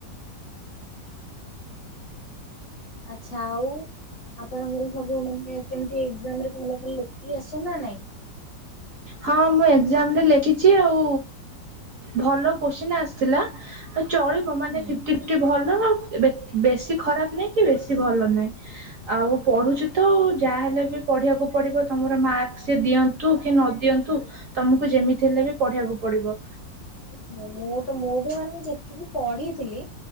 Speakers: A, on the left; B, on the right.
A: ଆଚଛା ଆଉ ଆପଣଙ୍କର ସବୁ ମାନେ କେମିତି। ସେ ଏଜାମ ରେ ଭଲ ଭଲ ଲେଖିକି ଆସ ନା ନାଇଁ।
B: ହଁ ମୁଁ ଏକ୍ଜାମରେ ଲେଖିଛି ଆଉ ଭଲ କୋଶ୍ଚିନ୍ ଆସିଥିଲା। ଚଳିବ
A: ହୁଁ।
B: ମାନେ ଫିଫ୍ଟି। ଭଲ ବେଶୀ ଖରାପ ନାଇଁ କି ବେଶୀ ଭଲ ନାହିଁ। ଆଉ ପଢୁଛି ତ ଯାହାହଲେ ବି ପଢିବାକୁ ପଡିବ ତମର ମାର୍କ ସେ ଦିଅନ୍ତୁ କି ନ ଦିଅନ୍ତୁ ତମକୁ ଯେମିତି ହେଲେ ବି ପଢିବାକୁ ପଡିବ।
A: ମୁଁ ତ ମୁଁ ବି ମାନି। ଟି ପଢିଥିଲି